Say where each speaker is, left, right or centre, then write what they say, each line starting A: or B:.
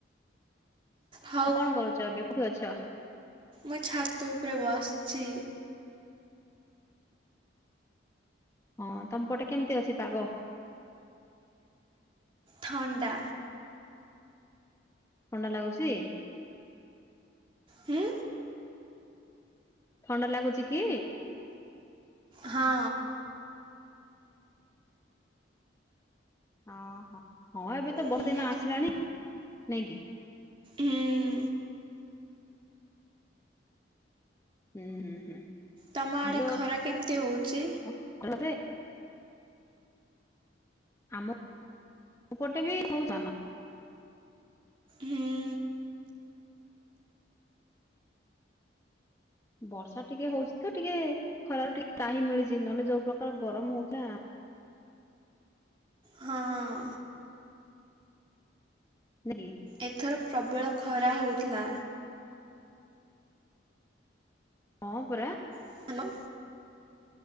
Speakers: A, on the right; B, on the left.
A: ହଉ
B: କଣ କରୁଛ? ଠୁ ଅଛ। <inaudible>
A: ମୁଁ ଛାତ ଉପରେ ବସିଛି।
B: ହଁ ତମ ପଟେ କେମିତି ଅଛି ପାଗ?
A: ଥଣ୍ଡା।
B: ଥଣ୍ଡା ଲାଗୁଚି।
A: ହୁଁ
B: ଥଣ୍ଡା ଲାଗୁଚି କି?
A: ହଁ
B: ହ ହ ହଁ ଏବେ ତ ବହୁତ
A: ହୁଁ,
B: <unintelligible> ଦିନ ଆସିଲାଣି ନାଇକି?
A: ହୁଁ
B: ହୁଁ ହୁଁ ହୁଁ।
A: ତମ
B: ଆମେ
A: ଆଡେ ଖରା କେମିତି ହଉଛି?
B: ତ ଆମମପଟେ ବି ହଉ ଆ। <unintelligible>
A: ହୁଁ
B: ବର୍ଷା ଟିକେ ହଉଛି ତ ଟିକେ ଖରାରୁ ଟିକେ ତ୍ରାହି ମିଳୁଛି ନହେଲେ ଯୋଉ ପ୍ରକାର ଗରମ ହଉଥିଲା।
A: ହଁ
B: ନାଇକି
A: ଏଥର ପ୍ରବଳ ଖରା ହେଉଥିଲା।
B: ହଁ ପରା।
A: ହ୍ୟାଲୋ